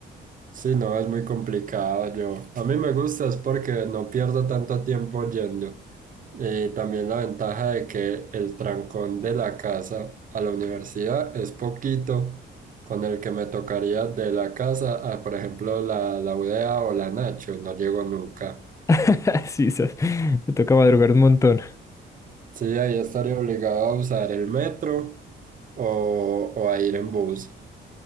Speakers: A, on the right (about 40°); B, on the left (about 15°).
A: Sí, no, es muy complicado yo. A mí me gusta es porque no pierdo tanto tiempo yendo. Y también la ventaja de que el trancón de la casa a la universidad es poquito con el que me tocaría de la casa a, por ejemplo, la, la UDA o la Nacho, no llego nunca.
B: <laughs> Sí, sas, me toca madrugar un montón.
A: Sí, ahí estaría obligado a usar el metro o, o a ir en bus,